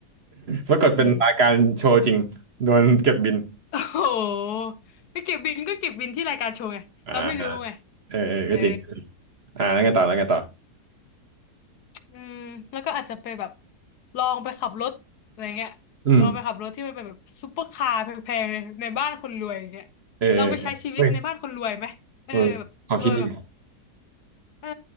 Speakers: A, on the right (about 45°); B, on the left (about 75°).
A: ปรากฏเป็นรายการโชว์จริงโดนเก็บบิน
B: อืม <laughs> โอ้โหไปเก็บบินก็เก็บบินที่รายการโชว์ไงเราไม่รู้ไง
A: <laughs> อ่าเออเออก็จริง
B: เออ
A: อ่าแล้วไงต่อแล้วไงต่อ
B: อืมแล้วก็อาจจะไปแบบลองไปขับรถอะไรเงี้ย
A: อืม
B: ลองไปขับรถที่มันเป็นแบบซุปเปอร์คาร์แพงๆเลยในบ้านคนรวยอย่างเงี้ย
A: เออ
B: ลองไปใช้ชีวิตในบ้านคนรวยไหมเออแบบรวยแบบ
A: เฮ้ยเออความคิดดี
B: เออ